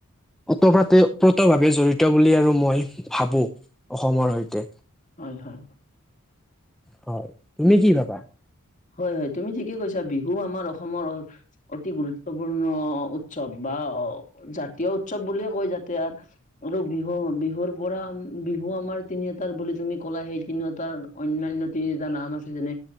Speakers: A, in the centre; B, on the left.
A: ওতঃপ্ৰোতভাৱে জড়িত বুলি আৰু মই ভাবো অসমৰ সৈতে।
B: হয়, হয়।
A: হয়। তুমি
B: উ
A: কি ভাবা
B: হয়, হয় তুমি ঠিকে কৈছা বিহু আমাৰ অসমৰ অতি গুৰুত্বপূৰ্ণ উৎসৱ বা জাতীয় উৎসৱ বুলিয়ে কয় যাতে আৰু বিহু, বিহুৰ পৰা বিহু আমাৰ তিনিওটাৰ বুলি তুমি ক'লা সেই তিনিওটাৰ অ‌ন্যান্য তিনিটা নাম আছে যেনে